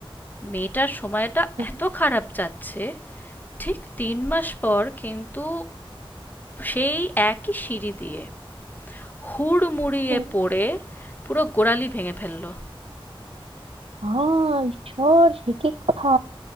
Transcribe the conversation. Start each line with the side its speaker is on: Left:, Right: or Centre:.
Left: মেয়েটার সময়টা
Right: হুম,
Left: এত খারাপ যাচ্ছে ঠিক তিন মাস পর কিন্তু সেই একই সিঁড়ি দিয়ে হুড়মুড়িয়ে
Right: হুম।
Left: পড়ে পুরো গোড়ালি ভেঙে ফেললো
Right: আ ঈশ্বর সে কি কথা